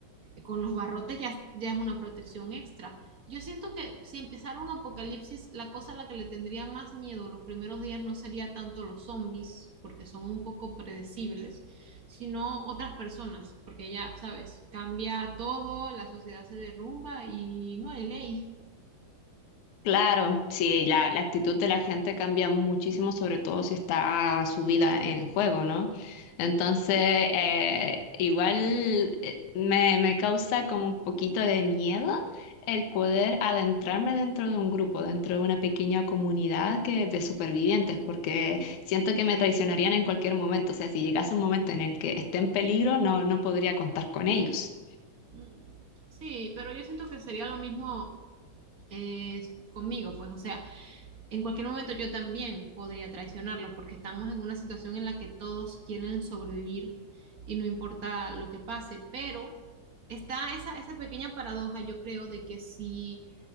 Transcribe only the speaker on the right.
con los barrotes ya, ya es una protección extra. Yo siento que si empezara un apocalipsis, la cosa a la que le tendría más miedo los primeros días no sería tanto los zombies, porque son un poco predecibles, sino otras personas, porque ya, sabes, cambia todo, la sociedad se derrumba y no hay ley.
Mm, Sí, pero yo siento que sería lo mismo eh, conmigo, pues, o sea, en cualquier momento yo también podría traicionarlos porque estamos en una situación en la que todos quieren sobrevivir y no importa lo que pase, pero está esa, esa pequeña paradoja, yo creo, de que si